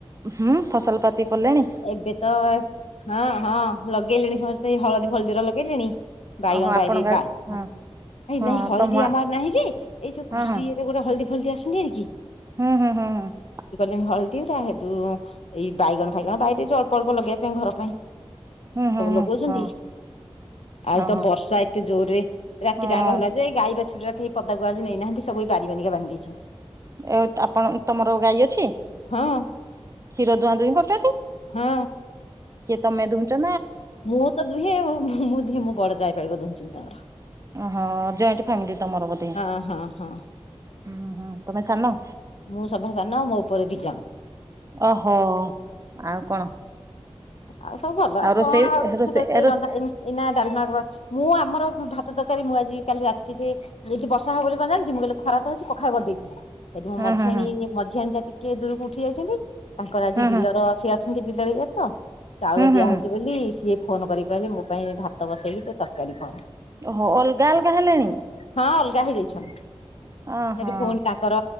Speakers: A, on the right; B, on the left.
A: ହୁଁ ଫସଲ ପାତି କଲେଣି
B: ଏବେ ତ ହଁ ହଁ ଲଗେଇଲେଣି ସମସ୍ତେ ହଳଦୀ ଫଳଦୀର ଲଗେଇଲେଣି ବାଇଗଣ
A: ଓହୋ ଆପଣଙ୍କ
B: ବାଇରେ ନାଇଁ
A: ଆଡେ ହଁ ହଁ
B: ନାଇଁ ହଳଦୀ
A: ତମ
B: ଆମର ନାହିଁ ଯେ ଏଇ ଯୋଉ
A: ହଁ
B: କୃଷି
A: ହଁ
B: ରେ ଗୋଟେ ହଳଦୀ ଫଳଦୀ ଆସନ୍ତି ଏହିରିକି
A: ହୁଁ ହୁଁ ହୁଁ ହ
B: ହଳଦୀରା ହେତୁ ଏଇ ବାଇଗଣ ଫାଇଗଣ ବାରି ଜଳପ ଅଳ୍ପ ଲଗେଇବା ପାଇଁ ଘର ପାଇଁ
A: ହୁଁ ହୁଁ
B: ସବୁ
A: ହୁଁ
B: ଲଗାଉଛନ୍ତି
A: ହଁ
B: ଆଜି
A: ଓହୋ
B: ତ ବର୍ଷା ଏତେ ଜୋର୍‌ ରେ ରାତି
A: ହଁ
B: ଟାଙ୍କ ହେଲା ଯେ ଗାଈ ବା ଛୁରୀରୋ କେହି ପଦାକୁ ଆଜି ନେଇନାହାନ୍ତି ସବୁ ବାରି କାନିକା ବାନ୍ଧି ଦେଇଛନ୍ତି
A: ଏ ଆପଣ ତମର ଗାଈ ଅଛି କ୍ଷୀର
B: ହଁ
A: ଦୁଆଁ ଦୁଇଁ କରୁଛନ୍ତି
B: ହଁ
A: କିଏ ତୁମେ ଦୁଉଁଚ?
B: ମୁଁ ତ ଦୁହେଁ ଆଉ, ମୁଁ ଦୁହେଁ ମୋ ବଡ ଯାଆ କହିବ ଦୁଉଁଚି ତାଙ୍କର।
A: ଓହୋ। ଜଏଣ୍ଟ ଫ୍ୟାମିଲି ତମର ବୋଧେ?
B: ହଁ ହଁ ହଁ
A: ହୁଁ ତମେ ସାନ?
B: ମୁଁ ସଭା ସାନ, ମୋ ଉପରେ ଦି ଜଣ।
A: ଓହୋ। ଆଉ କଣ?
B: ଆଉ ସବୁ ଭଲ। ଆଉ
A: ରୋଷେଇ
B: କଣ ଆଉ <unintelligible>
A: ରୋଷେଇ
B: ଏତେ
A: ଏ ରୋଷେ
B: ରନ୍ଧା ଏଇ ଏଇନା ଡାଲମା, ମୁଁ ଆମର ଭାଟ ତରକାରୀ ମୁଁ ଆଜି କାଲି ରାତିରେ ଯଦି ବର୍ଷା ହବ ବୋଲି କଣ ଜାଣିଛି ମୁଁ କହିଲି ଖରା ତ ହଉଛି ପଖାଳ କରିଦେଇଛି। ସେଇଠୁ ମୁଁ
A: ହୁଁ
B: ମଝିଆଣି
A: ହୁଁ ହୁଁ
B: ମଝିଆଣୀ ଯାଆ ଟିକେ ଦୂରକୁ ଉଠି ଯାଇଛନ୍ତି ତାଙ୍କର ଆଜି
A: ହୁଁ
B: ଡିଲର ସିଏ ଅଛନ୍ତି ଡିଲର ଇଏରେ ତ,
A: ହୁଁ
B: ଚାଉଳ
A: ହୁଁ ହୁଁ
B: ଦିଆ ହଉଛି
A: ହୁଁ
B: ବୋଲି ସିଏ ଫୋନ୍ କରିକି କହିଲେ, ମୋ ପାଇଁ ଭାତ ବସେଇକି ଟିକେ ତରକାରୀ କର।
A: ହ ଅଲଗା ଅଲଗା ହେଲେଣି
B: ହଁ ଅଲଗା ହେଇଯାଇଛନ୍ତି।
A: ଓହୋ
B: କହିଲି ଫୁଣି ତାଙ୍କର